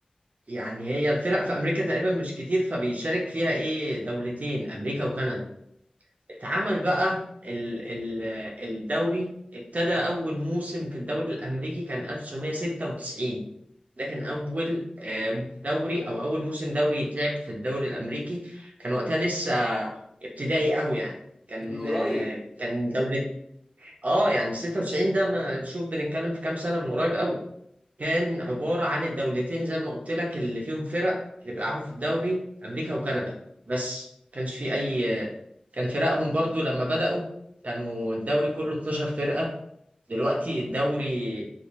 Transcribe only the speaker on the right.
يعني هي الفرق في أمريكا تقريبا مش كتير فبيشارك فيها إيه دولتين أمريكا وكندا اتعمل بقى ال ال الدوري ابتدى أول موسم في الدوري الأمريكي كان 1996 ده كان أول آه، دوري أو أول موسم دوري يتلعب في الدوري الأمريكي كان وقتها لسه ابتدائي قوي يعني كان
آه، كان دولة اه يعني 96 ده ما شوف بنتكلم في كام سنة من قريب قوي كان عبارة عن الدولتين زي ما قلت لك اللي فيهم فرق اللي بيلعبوا في الدوري أمريكا وكندا بس كانش في أي كان فرقهم برضو لما بدأوا كانوا الدوري كله 12 فرقة دلوقتي الدوري